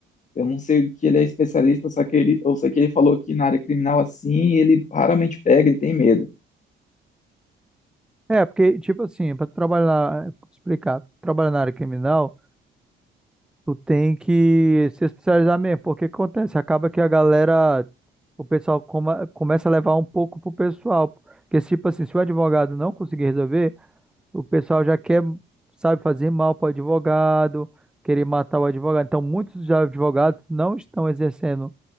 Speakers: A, on the left (about 40°); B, in the centre.
A: Eu não sei o que ele é especialista, só que ele, eu sei que ele falou que na área criminal assim, ele raramente pega e tem medo.
B: É, porque, tipo assim, pra trabalhar, na- pra te explicar, trabalhar na área criminal, tu tem que se especializar mesmo. Porque o que acontece? Acaba que a galera, o pessoal coma- começa a levar um pouco pro pessoal. Porque, tipo assim, se o advogado não conseguir resolver. O pessoal já quer, sabe, fazer mal para o advogado, querer matar o advogado. Então, muitos já advogados não estão exercendo